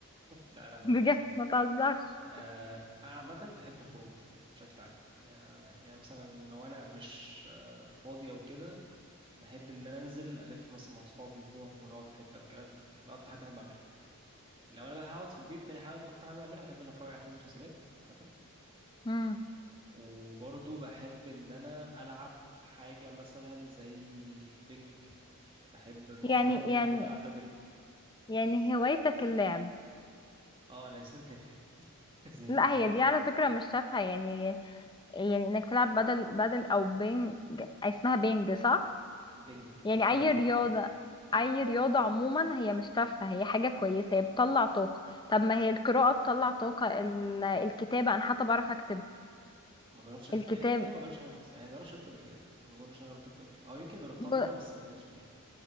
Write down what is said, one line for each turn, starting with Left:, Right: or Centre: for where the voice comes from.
Right: لا لا
Left: <laughs>
Right: هقول
Left: بجد
Right: لك
Left: ما تهزرش
Right: آه، انا عامه بحب الخروج يعني بشكل عام يعني أنا بح- يعني مثلا لو انا مش آه، فاضي او كده بحب ان انا انزل الف مثلا مع اصحابي نروح ونقعد في حته والكلام ده ده اكتر حاجه بحب اعملها لو انا بقى هقعد في البيت تاني حاجه اكتر حاجه بعملها بحب ان اتفرج على فيلم ومسلسلات عامه
Left: مم.
Right: وبرضه بحب ان انا العب حاجه مثلا زي البنج بحب مؤخرا
Left: يعني
Right: بقيت
Left: يعني
Right: بحب العب بدل
Left: يعني هوايتك اللعب
Right: اه انا انسان تافه <laughs> زي
Left: لا
Right: ما انت شايف
Left: هي دي على فكرة مش تافهة يعني يعني انك تلعب بدل بدل او بينج اسمها بينج صح
Right: بنج
Left: يعني
Right: بنج
Left: اي
Right: بونج
Left: رياضة اي رياضة عموما هي مش تافهة هي حاجة كويسة هي بتطلع طاقة طب ما هي القراءة بتطلع طاقة ال- الكتابة انا حتى بعرف اكتب
Right: ما جربتش أكتب
Left: الكتاب
Right: في حاجة كده ما جربتش أعملها خالص يعني ما جربتش أكتب قبل كده ما أظنش أنا جربت أكتب قبل كده أو يمكن جربتها
Left: ب-
Right: مرة بس ما كملتش فيها يعني